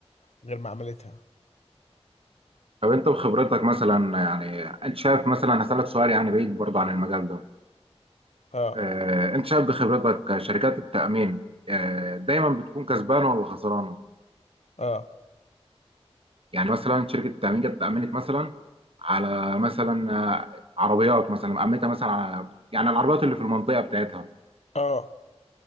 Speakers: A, on the left (about 85°); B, on the right (about 60°).
A: غير ما عملتها
B: طب انت بخبرتك مثلا يعني انت شايف مثلا هسألك سؤال يعني بعيد برضه عن المجال ده
A: اه
B: آه، انت شايف بخبرتك شركات التأمين آه، دايما بتكون كسبانة ولا خسرانة؟
A: اه
B: يعني مثلا شركة التأمين جت أمنت مثلا على مثلا آه، عربيات مثلا أمنتها مثلا على يعني العربيات اللي في المنطقة بتاعتها
A: اه